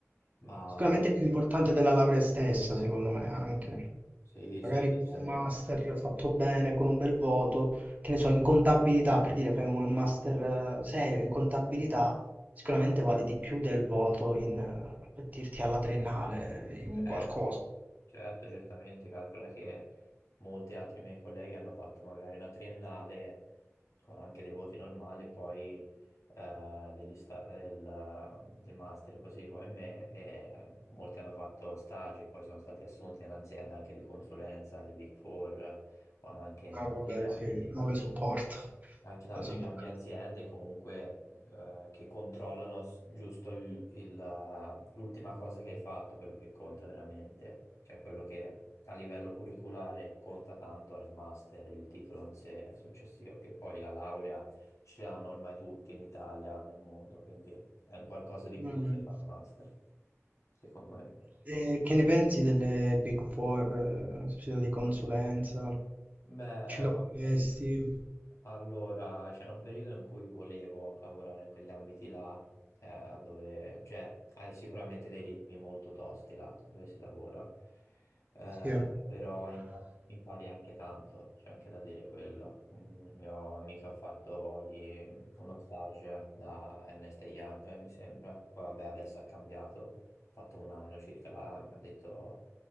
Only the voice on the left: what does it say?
Ma
sì,
sì, decisamente.
Certo,
certo, certamente, calcola che molti altri miei colleghi hanno fatto magari una triennale con anche dei voti normali e poi eh, degli sta- del, del master così come me e molti hanno fatto stage e poi sono stati assunti in aziende anche di consulenza, le Big Four o anche in
altre
grandi
anche in altre
grandi aziende comunque eh, che controllano s- giusto il- il, eh, l'ultima cosa che hai fatto, quello che conta veramente, cioè quello che a livello curriculare conta tanto è il master, il titolo in sé successivo, che poi la laurea ce l'hanno ormai tutti in Italia, nel mondo, quindi è un Certo. qualcosa di
più se fa il master, secondo me.
Beh,
Allora, c'era un periodo in cui volevo lavorare in quegli ambiti là, eh, dove, cioè, hai sicuramente dei ritmi molto tosti là, dove si lavora, eh,
però impari, impari anche tanto, c'è anche da dire quello. Un mio amico ha fatto lì uno stage da Ernest Young, eh, mi sembra, poi vabbè, adesso ha cambiato, ha fatto un anno circa là, mi ha detto